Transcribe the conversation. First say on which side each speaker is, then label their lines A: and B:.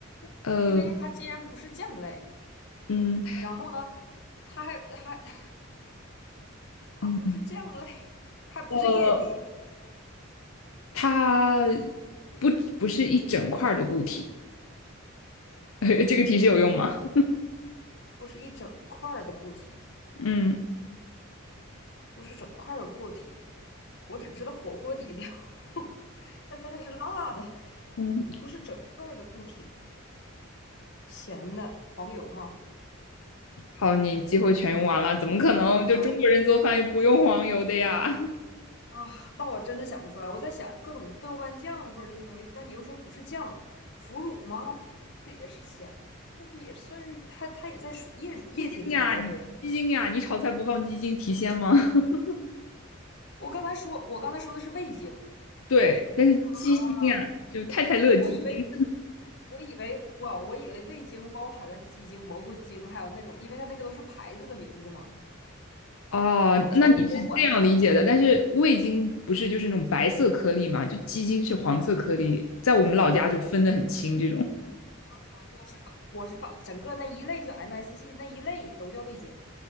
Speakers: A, on the left; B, on the left.
A: 呃，
B: 因为它既然不是酱类，
A: 嗯
B: 然后呢，它还还 <laughs> 它不是酱类，
A: 嗯，
B: 还不是液体，
A: 呃，它不不是一整块儿的固体，<laughs> 这个提示有用吗？
B: 不是一整块儿的固体，
A: 嗯
B: 不是整块儿的固体，我只知道火锅底料，<laughs> 但是它是辣的，
A: 嗯。
B: 不是整块的固体，咸的黄油吗？
A: 好，你机会全用完了，怎么可能？就中国人做饭又不用黄油的呀？
B: 啊啊，那我真的想不出来。我在想各种豆瓣酱或者这些东西，但你又说不是酱，腐乳吗？它也是咸，它也算是它它也在水液里液体里待着呀。
A: <laughs> 鸡精呀，你鸡精呀，你炒菜不放鸡精提鲜吗？<laughs>
B: 我刚才说，我刚才说的是味精
A: 对，但是鸡精呀，
B: 啊，
A: 就太太乐鸡精
B: 我以为我以为哇，我以为味精包含了鸡精、蘑菇精，还有那种，因为它那个都是牌子的名字嘛。
A: 哦，
B: 就我我管
A: 那你是这样理解的，但是味精不是就是那种白色颗粒嘛？就鸡精是黄色颗粒，在我们老家就分得很清这种。
B: 啊，我是把我是把整个那一类就 MSG 那一类都叫味精，